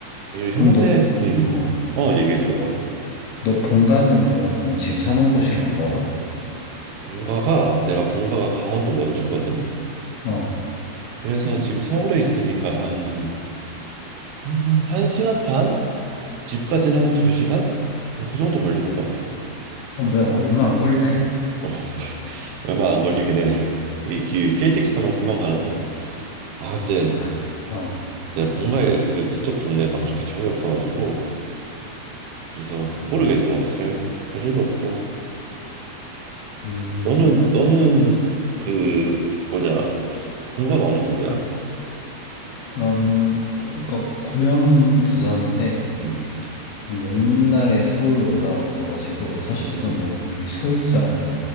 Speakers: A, on the right (about 80°); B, on the left (about 80°).
A: 그리고
B: 그럼
A: 형제,
B: 너,
A: 음,
B: 어,
A: 어, 얘기해줘.
B: 뭐 너 본가는 그러면은 지금 사는 곳이랑 멀어?
A: 본가가, 내가 본가가 강원도 원주거든?
B: 어,
A: 그래서 지금 서울에 있으니까 한, 음, 한 시간 반? 집까지는 한 두 시간? 그 정도 걸리는 것 같아.
B: 어, 뭐야. 얼마 안 걸리네.
A: 어, <laughs> 얼마 안 걸리긴 해. 이 기- KTX 타면 금방 가는데. 아, 근데
B: 아, 어,
A: 내 본가에 그, 그쪽 동네 막 그렇게 정이 없어가지고. 그래서 모르겠어. 잘, 할 일도 없고.
B: 음,
A: 너는, 너는 그, 뭐냐, 본가가 어느 쪽이야?
B: 나는, 그니까, 고향은 부산인데,
A: 음.
B: 이게 옛날에 서울로 올라왔어가지고, 사실상
A: 음.
B: 뭐 거의 서울 사람이야.